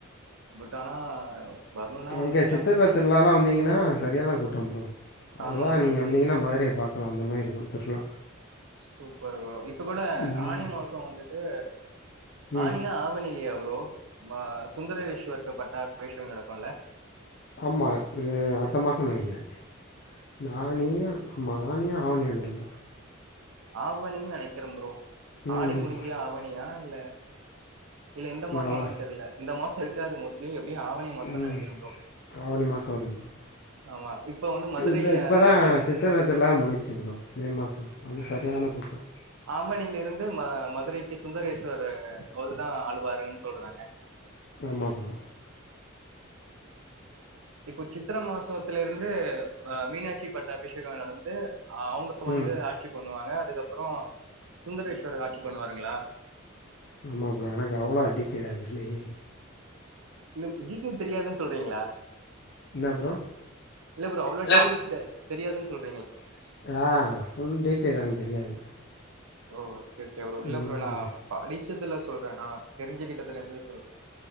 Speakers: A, on the right; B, on the left.
A: பட் ஆனா வரணும்னா
B: இங்கே
A: வந்திருக்கலாம்
B: சித்திர
A: ப்ரோ.
B: திருவிழால்லா வந்தீங்கன்னா சரியான கூட்டம் ப்ரோ அதுதா
A: ஆமா ப்ரோ.
B: நீங்க
A: சித்து
B: வந்தீங்கன்னா மதுரைய பாக் அ அந்த மாதிரி இருக்கு திருவிழா
A: சூப்பர் ப்ரோ இப்ப கூட
B: ம்
A: ஆணி மாசோ வந்துட்டு
B: ம்
A: ஆனியா ஆவணி யா ப்ரோ சுந்தரவேஷுவருக்கு பட்டா அபிஷேகோ நடக்குல்ல
B: ஆமா இது அடுத்த மாசோ நெனைக்கிறே இந்த ஆனியா ம்மா ஆனியா அவணியா தெர்ல
A: ஆவணின் நெனைக்கிறே ப்ரோ
B: ம்
A: ஆடி முடிஞ்சு ஆவணியா இல்ல இல்ல இந்த மாசமனு
B: அவ
A: தெர்ல இந்த மாசோ இருக்காது மோஸ்ட்லி நீங்க எப்டியு ஆவணி மசோ
B: ம்
A: நெனைக்கிறே ப்ரோ
B: ஆவணி மாசோ வருது ப்ரோ
A: ஆமா இப்போ வந்து மதுரை
B: இது இப்பதா
A: ஆட்சி
B: சித்தர திருவிழா முடிஞ்சு ப்ரோ மே மாஸ் ம் அங்க சரியான கூட்டோ
A: ஆவணிலருந்து ம மதுரைக்கி சுந்தரேஸ்வர் அவர்தா ஆழுவாருன்னு சொல்றாங்க
B: ஆமா ப்ரோ
A: இப்போ சித்திர மாசத்தலேருந்து அ மீனாட்சி பட்டாபிஷேகோ நடந்து அவுங்க வந்து
B: ம்
A: ஆட்சி பண்ணுவாங்க அதுக்கப்புற சுந்தரேஸ்வர ஆட்சி பண்ணுவாங்களா
B: ஆமா ப்ரோ எனக்கு அவ்ளோ டீடையில்லா தெர்லயே
A: உஙக்ளுக்கு டீடைல் தெரியாதுன்னு சொல்றீங்களா
B: என்ன ப்ரோ
A: இல்ல ப்ரோ அவ்ளோ
B: இல்ல
A: டீடையல்ஸ் தெரியாதுன் சொல்ற
B: ஆ ஃபுல் டீடைல் எனக்கு தெரியாது
A: ஓ ஓகே ஓகே ப்ரோ இல்ல
B: ம்
A: ப்ரோ நா படிச்சதுல சொல்றே நா தெரிஞ்சுகிட்டத்துலருந்து சொல்றே